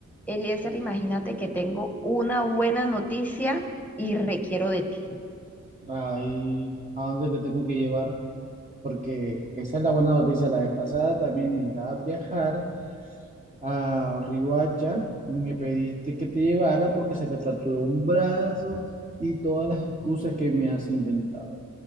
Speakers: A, in the centre; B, on the right (about 20°).
A: Eliezer, imagínate que tengo una buena noticia y requiero de ti.
B: ahí a dónde te tengo que llevar, porque esa es la buena noticia. La vez pasada también necesitabas viajar a Riohacha y me pediste que te llevara porque se te fracturó un brazo y todas las excusas que me has inventado.